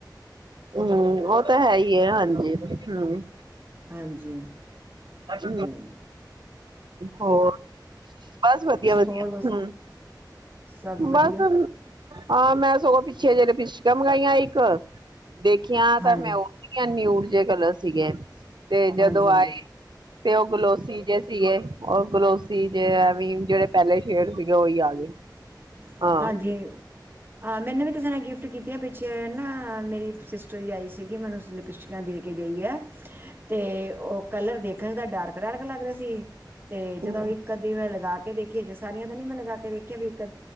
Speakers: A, on the right; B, on the right.
A: ਹਮ ਉਹ ਤਾਂ ਹੈ ਹੀ ਹੈ, ਹਾਂਜੀ ਹਮ
B: ਹਾਂਜੀ।
A: ਅੱਛ।
B: ਤੇ
A: ਹੋਰ, ਬਸ ਵਧੀਆ ਵਧੀਆ
B: ਹੋਰ ਬਸ
A: ਹਮ
B: ਸਭ ਵਧੀਆ।
A: ਬਸ ਹਾਂ ਮੈਂ ਸਗੋਂ ਪਿੱਛੇ ਜਿਹੜੇ ਪਿਛਕ ਲਿਪਸਟਿਕਾ ਮੰਗਾਈਆਂ ਇੱਕ, ਦੇਖੀਆਂ
B: ਹਾਂਜੀ
A: ਤਾਂ ਮੈਂ ਉਹ ਨਿਊਡ ਜੇ ਕਲਰ ਸੀਗੇ, ਤੇ ਜਦੋਂ
B: ਹਾਂਜੀ ਹਾਂਜੀ।
A: ਆਏ ਤੇ ਉਹ ਗਲੋਸੀ ਜਿ ਸੀਗੇ ਉਹ ਗਲੋਸੀ ਜ ਜਿਹੜੇ ਪਹਿਲੇ ਸ਼ੇਡ ਸੀਗੇ ਉਹੀ ਆ ਗਏ।
B: ਅਛਾ।
A: ਹਾਂ
B: ਹਾਂਜੀ, ਹਾਂ ਮੈਨੂੰ ਵੀ ਕਿਸੇ ਨੇ ਗਿਫਟ ਕੀਤੀ ਆ ਪਿੱਛੇ ਨਾ ਮੇਰੀ ਸਿਸਟਲ ਆਈ ਸੀਗੀ ਮੈਨੂੰ ਲਿਪਿਸਟਿਕਾਂ ਦੇ ਕੇ ਗਈ ਹੈ ਅਤੇ ਉਹ ਕਲਰ ਦੇਖਣ ਤਾਂ ਡਾਰਕ ਡਾਰਕ ਲੱਗ ਰਿਹੇ ਸੀ ਤੇ ਜਦੋਂ
A: ਹੂੰ
B: ਇਕ। ਦੀ ਮੈਂ ਲਗਾ ਕੇ ਦੇਖੀ ਜੇ ਸਾਰੀਆਂ ਤਾਂ ਨੀ ਮੈਂ ਲਗਾ ਕੇ ਦੇਖੀਆਂ ਵੀ।